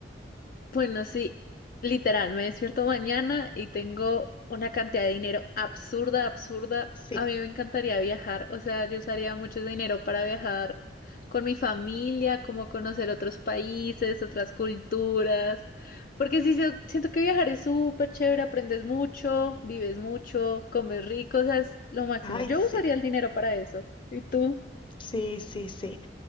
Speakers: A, on the left (about 50°); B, on the left (about 25°).
A: Bueno, sí, literal, me despierto mañana y tengo una cantidad de dinero absurda, absurda.
B: Sí.
A: A mí me encantaría viajar, o sea, yo usaría mucho ese dinero para viajar con mi familia, como conocer otros países, otras culturas, porque sí, se- siento que viajar es súper chévere, aprendes mucho, vives mucho, comes rico, o sea, es lo máximo.
B: Ay,
A: Yo
B: sí,
A: usaría el dinero para eso. ¿Y tú?
B: sí, sí, sí.